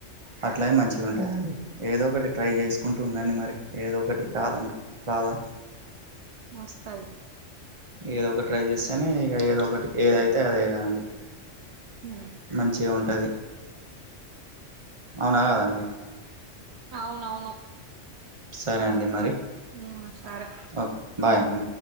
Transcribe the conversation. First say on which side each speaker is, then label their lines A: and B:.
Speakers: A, on the right (about 25°); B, on the right (about 65°).
A: అట్లాగ మంచిగా ఉంటుందండి ఏదో ఒకటి ట్రై చేసుకుంటూ ఉందండి మరి ఏదో ఒకటి రాదనుకు రాదా
B: వస్తాయి
A: ఏదో ఒకటి ట్రై చేస్తేనే ఇక ఏదో ఒకటి ఏదైతే అదే కా అండి.
B: హ
A: మంచిగా ఉంటుంది అవునా కాదండి
B: అవునవును
A: సరే అండి మరి
B: ఉమ్ సరే
A: ఓకే బాయ్ అండి